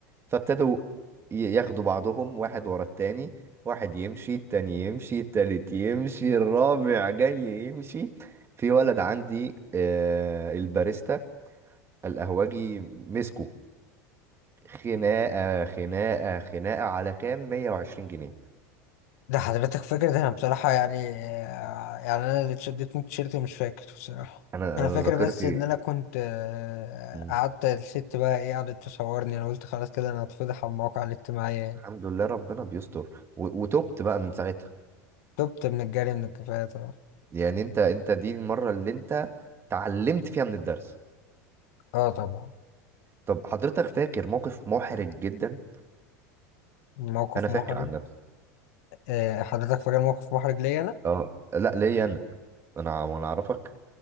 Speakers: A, on the right; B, on the left.
A: فابتدوا ي- ياخدوا بعضهم واحد ورا التاني واحد يمشي التاني يمشي التالت يمشي الرابع جاي يمشي في ولد عندي آه، الباريستا القهوجي مسكه خناقة خناقة خناقة على كام 120 جنيه
B: ده حضرتك فاكر ده انا بصراحه يعني آه، يعني انا اللي اتشدت من التيشيرت مش فاكر بصراحه
A: انا
B: انا
A: أنا
B: فاكر
A: ذاكرتي
B: بس ان انا كنت آه،
A: <laughs> مم.
B: قعدت الست بقى ايه قعدت تصورني انا قلت خلاص كده انا هتفضح على المواقع الاجتماعيه يعني
A: الحمد لله ربنا بيستر و- وتوبت بقى من ساعتها
B: تبت من الجري من الكفايه طبعا
A: يعني انت انت دي المرة اللي انت اتعلمت فيها من الدرس
B: اه طبعا
A: طب حضرتك فاكر موقف محرج جدا
B: موقف
A: انا فاكر
B: محرج
A: عن نفسي
B: آه، حضرتك فاكر موقف محرج ليا انا
A: اه لا ليا انا انا وانا اعرفك